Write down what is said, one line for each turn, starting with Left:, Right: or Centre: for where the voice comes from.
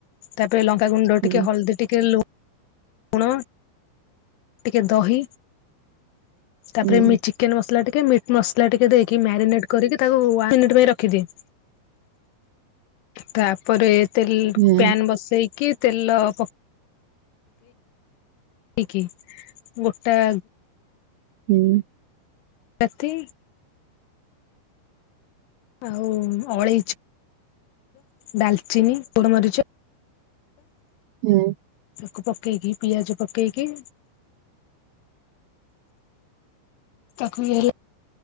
Left: ତାପରେ ଲଙ୍କା ଗୁଣ୍ଡ
Right: ହୁଁ
Left: ଟିକେ ହଳଦୀ ଟିକେ ଲୁ ଲୁଣ ଟିକେ ଦହି ତାପରେ
Right: ହୁଁ
Left: ମିଚ ଚିକେନ ମସଲା ଟିକେ ମିଟ ମସଲା ଟିକେ ଦେଇକି ମ୍ୟାରିନେଟ କରିକି ତାକୁ ୱାନ ମିନିଟ ପାଇଁ ରଖିଦିଏ। ତାପରେ ତେଲ
Right: ହୁଁ
Left: ପ୍ୟାନ ବସେଇକି ତେଲ ପକ ଇକି ଗୋଟା
Right: ହୁଁ।
Left: ଏଥି ଆଉ ଅଳେଇଚ ଡ଼ାଲଚିନି ଗୋଲମରିଚ
Right: ହୁଁ।
Left: ତାକୁ ପକେଇ କିି ପିଆଜ ପକେଇ କିି ତାକୁ ଇଏ ହେଲା